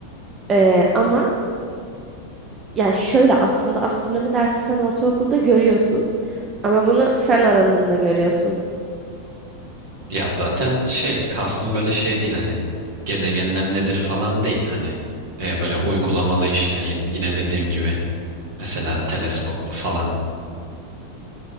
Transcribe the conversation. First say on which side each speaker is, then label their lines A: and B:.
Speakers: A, on the right (about 25°); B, on the right (about 50°).
A: Ee, ama Yani şöyle aslında astronomi dersi sen ortaokulda görüyorsun ama bunu fen alanında görüyorsun.
B: Ya zaten şey kastım böyle şey değil hani gezegenler nedir falan değil hani E, böyle uygulamalı işte y- yine dediğim gibi. Mesela teleskopla falan.